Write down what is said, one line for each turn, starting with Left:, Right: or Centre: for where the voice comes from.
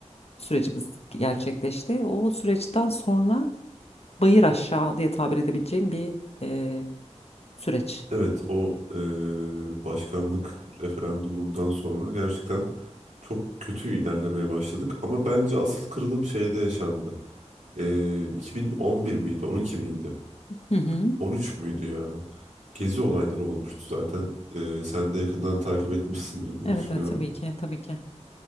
Left: sürecimiz gerçekleşti. O süreçten sonra bayır aşağı diye tabir edebileceğim bir eee, süreç.
Right: Evet o e, başkanlık referandumundan sonra gerçekten çok kötü ilerlemeye başladık. Ama bence asıl kırılım şeyde yaşandı. E, 2011 miydi 12 miydi
Left: Hı hı.
Right: 13 müydü ya? Gezi olayları olmuştu zaten. E, sen de yakından takip etmişsindir diye
Left: Evet
Right: düşünüyorum.
Left: evet tabii ki tabii ki.